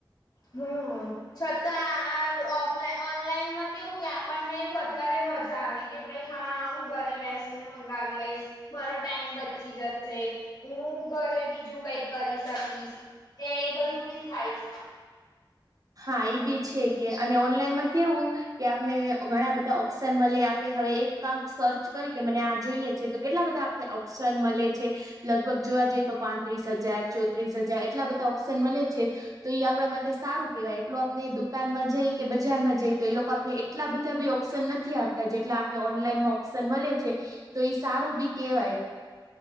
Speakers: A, on the left (about 50°); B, on the right (about 45°).
A: હમ. છતાં આફ ઓનલાઈનમાં કેવું કે આપણને વધારે મજા આવે. કે ભાઈ, હા, હું ઘરે બેસી ને મંગાવી લઈશ. મારો ટાઈમ બચી જશે, હું ઘરે બીજું કઈ કરી શકીશ. એ એ બધું બી થાય.
B: હા એ બી છે કે અને ઓનલાઈનમાં કેવું. કે આપને ઘણા બધા ઓપ્શન મળે આપે હવે એકાંક સર્ચ કરી કે મને આ જોઈએ છે તો કેટલા બધા. ઓપ્શન મળે છે. લગભગ જોવા જઈએ તો પાંત્રીસ હજાર ચોત્રીસ હજાર એટલા બધા ઓપ્શન મળે છે. તો આપણા માટે સારું. કેવાય એટલો આપને દુકાન માં જઈ કે બજારમાં જઈ તો એ લોકો આપને એટલા બધા બી ઓપ્શન નથી આપે. જેટલા આપને ઓનલાઈનમાં ઓપ્શન મળે છે તો ઈ સારું બી કેવાય.